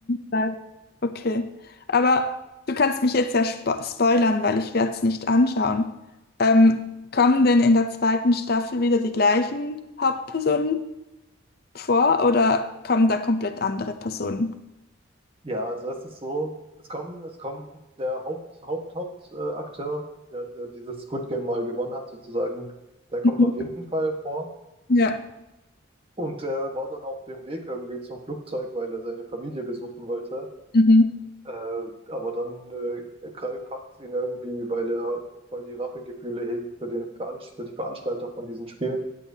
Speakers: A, on the left; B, on the right.
A: Beide. Okay. Aber du kannst mich jetzt ja spo spoilern, weil ich werde es nicht anschauen. Ähm, kommen denn in der zweiten Staffel wieder die gleichen Hauptpersonen vor oder kommen da komplett andere Personen?
B: Ja, also es ist so, es kommt, es kommt der Haupt, Haupt, Hauptakteur, äh, Akteur, der, der dieses Squid Game mal gewonnen hat sozusagen, der kommt
A: Mhm.
B: auf jeden Fall vor.
A: Ja.
B: Und er war dann auf dem Weg irgendwie zum Flugzeug, weil er seine Familie besuchen wollte.
A: Mhm.
B: Äh, aber dann äh, Krall packt ihn irgendwie, weil er weil die Rachegefühle hegt für den Veranst für die Veranstalter von diesen Spielen.